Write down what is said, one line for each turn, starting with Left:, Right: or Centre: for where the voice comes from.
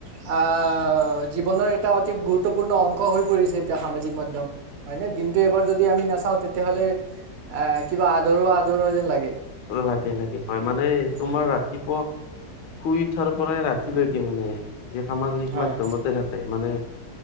Right: আহ, জীৱনৰ এটা অতি গুৰুত্বপূৰ্ণ অংশ হৈ পৰিছে। এতিয়া সামাজিক মাধ্যম। হয় নে দিনটো এবাৰ যদি আমি নাচাও তেতিয়াহ'লে আহ কিবা আধৰুৱা-আধৰুৱা যেন লাগে।
Left: লাগে-লাগে হয় মানে তোমাৰ
Right: হয়
Left: ৰাতিপুৱা শুই উঠাৰ পৰাই ৰাতিলৈকে মানে যে সামাজিক
Right: হয়
Left: মাধ্যমতে থাকে মানে